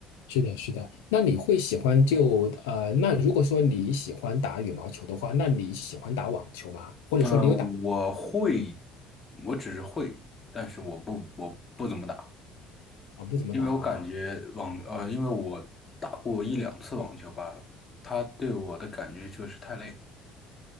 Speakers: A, on the left; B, on the left.
A: 是的，是的。那你会喜欢就呃，那如果说你喜欢打羽毛球的话，那你喜欢打网球吗？或者说你有打
B: 呃，我会，我只是会，但是我不我不怎么打，
A: 啊？不怎么打啊？
B: 因为我感觉网呃，因为我打过一两次网球吧，它对我的感觉就是太累了。